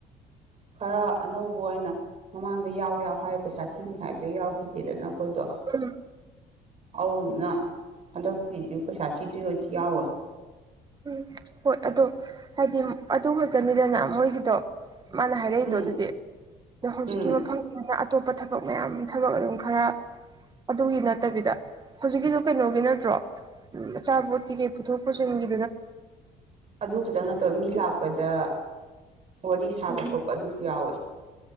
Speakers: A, on the right; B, on the right.
A: ꯈꯔ ꯑꯅꯧꯕ ꯑꯣꯏꯅ ꯃꯃꯥꯡꯗ ꯌꯥꯎ ꯌꯥꯎ ꯍꯥꯏꯔ ꯄꯩꯁꯥ ꯊꯤꯅꯤ ꯍꯥꯏꯕꯗ ꯌꯥꯎꯈꯤꯗꯦꯗꯅ ꯑꯩꯈꯣꯏꯗꯣ
B: ꯑꯝ
A: ꯑꯗꯨꯗꯨꯅ ꯍꯟꯗꯛꯇꯤ ꯄꯩꯁꯥ ꯊꯤꯗ꯭ꯣꯏ ꯑꯣꯏꯗꯤ ꯌꯥꯎꯔꯣꯏ
B: ꯎꯝ ꯍꯣꯏ ꯑꯗꯣ ꯍꯥꯏꯗꯤ ꯑꯗꯨ ꯈꯛꯇꯅꯤꯗꯅ ꯃꯣꯏꯒꯤꯗꯣ ꯃꯥꯅ ꯍꯥꯏꯔꯛꯏꯗꯣ
A: ꯎꯝ
B: ꯑꯗꯨꯗꯤ ꯑꯗꯣ ꯍꯧꯖꯤꯛꯀꯤ
A: ꯎꯝ
B: ꯃꯐꯝꯗꯨꯗꯅ ꯑꯇꯣꯞꯄ ꯊꯕꯛ ꯃꯌꯥꯝ ꯊꯕꯛ ꯑꯗꯨꯝ ꯈꯔ ꯑꯗꯨꯒꯤ ꯅꯠꯇꯕꯤꯗ ꯍꯧꯖꯤꯛꯀꯤꯁꯨ ꯀꯩꯅꯣꯒꯤ ꯅꯠꯇ꯭ꯔꯣ ꯎꯝ ꯑꯆꯥꯄꯣꯠꯀꯤ ꯀꯩ ꯀꯩ ꯄꯨꯊꯣꯛ ꯄꯨꯁꯤꯟꯒꯤ
A: ꯑꯗꯨ ꯈꯛꯇꯪ ꯅꯠꯇꯕ ꯃꯤ ꯂꯥꯛꯄꯗ ꯋꯥꯔꯤ ꯁꯥꯕ
B: ꯎꯝ
A: ꯈꯣꯠꯄ ꯑꯗꯨꯁꯨ ꯌꯥꯎꯋꯦ